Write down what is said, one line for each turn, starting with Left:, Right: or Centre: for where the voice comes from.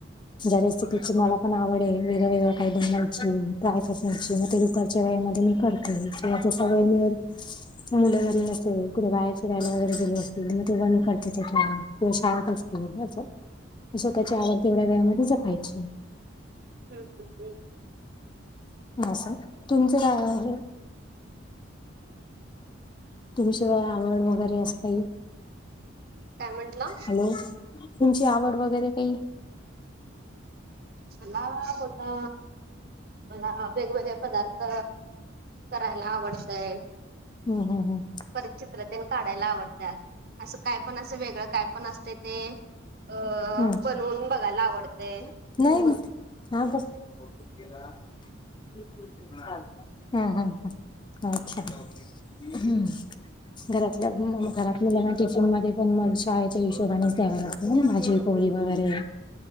Left: जरा रेसिपीची मला पण आवड आहे वेगळं वेगळं काही बनवायची ट्राय करण्याची मग ते घरच्या वेळेमध्ये मी करते जसा वेळ मिळेल मुलं घरी नसेल कुठे बाहेर फिरायला वगैरे गेले असतील म <unintelligible> शांत असतील अस स्वतःची आवड तेवढ्या वेळामध्ये जपायची.
Right: हम्म हम् हम्.
Left: असं तुमचं काय आहे? तुमची आवड वगैरे असं काही
Right: काय म्हंटला?
Left: हॅलो तुमची आवड वगैरे काही?
Right: मला बघा मला वेगवेगळे पदार्थ करायला आवडतय
Left: हम्म हम्म
Right: परत चित्र तेन काढायला आवडत्यात. असं काय पण असं वेगळं काय पण असतय ते अ
Left: हम्म
Right: बनवून बघायला आवडतय.
Left: नाही आतच ते <unintelligible> हम् हम् ह अच्छा हम्म. घरातल्या घरातलंना टिफिन मध्ये पण मग शाळेच्या हिशोबानेच द्याव लागत नाई भाजी पोळी वगैरे